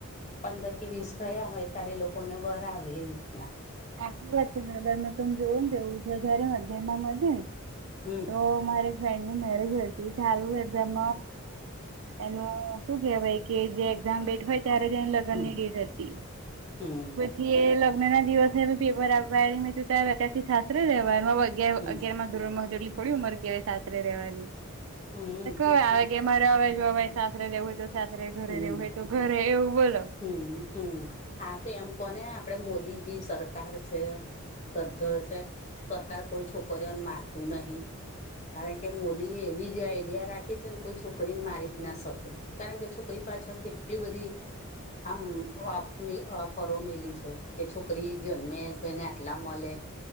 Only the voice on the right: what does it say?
હા
હાચી વાત છે દરબરમાં તો એવુજ હોય છે જયારે હું અગિયાર માં હતીને
તો મારે ફ્રેન્ડ નું મેરેજ હતું ચાલુ એક્ઝામ એનું શું કેહેવાય કે જે એક્ઝામ ડેટ હોય ત્યારે જ એની લગ્ન
ની ડેટ હતી
લગ્ન ના દિવસે પેપર આપવા મે કીધું અત્યારે થી સાસરે રહેવાનું અગયાર
થોડી ઉંમર કહેવાય સાસરે રેવાની
આવે કે મારે જો ભાઈ સાસરેેવું હોય તો સાસરે ઘરે
રહેેવું હોય તો ઘરે એવું બોલો